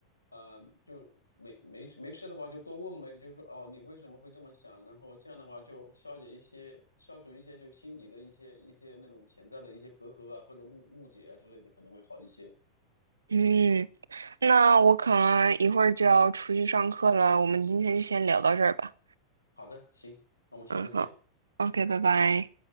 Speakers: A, on the left; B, on the right.
A: 呃，就没没没事的话就多问呗，就说哦，你为什么会这么想？然后这样的话就消解一些、消除一些就心底的一些一些那种潜在的一些隔阂啊，或者误误解啊之类的，可能会好一些。
B: 嗯，那我可能一会儿就要出去上课了，我们今天就先聊到这儿吧。
A: 好的，行，那我们下次见。
B: 嗯，好，OK，拜拜。